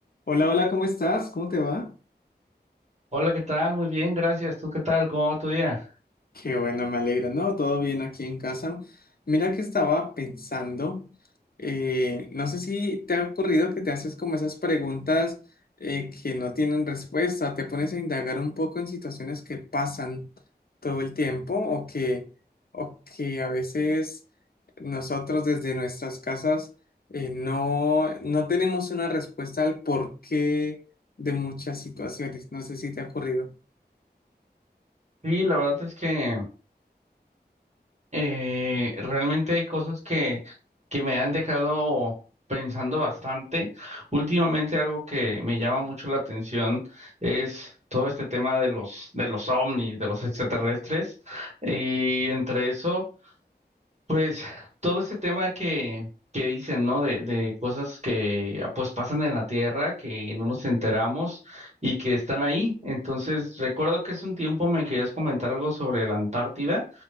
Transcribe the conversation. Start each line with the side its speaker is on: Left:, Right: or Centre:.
Left: Hola, hola, ¿cómo estás? ¿Cómo te va?
Right: Hola, ¿qué tal? Muy bien, gracias. ¿Tú qué tal? ¿Cómo va tu día?
Left: Qué bueno, me alegro. No, todo bien aquí en casa. Mira que estaba pensando, eh, no sé si te ha ocurrido que te haces como esas preguntas eh, que no tienen respuesta, te pones a indagar un poco en situaciones que pasan todo el tiempo o que, o que a veces nosotros desde nuestras casas eh, no, no tenemos una respuesta al porqué de muchas situaciones. No sé si te ha ocurrido.
Right: Sí, la verdad es que eh, realmente hay cosas que, que me han dejado pensando bastante. Últimamente algo que me llama mucho la atención es todo este tema de los, de los ovnis, de los extraterrestres. Y entre eso... Pues todo ese tema que, que dicen, ¿no? De, de cosas que pues pasan en la Tierra, que no nos enteramos y que están ahí. Entonces, recuerdo que hace un tiempo me querías comentar algo sobre la Antártida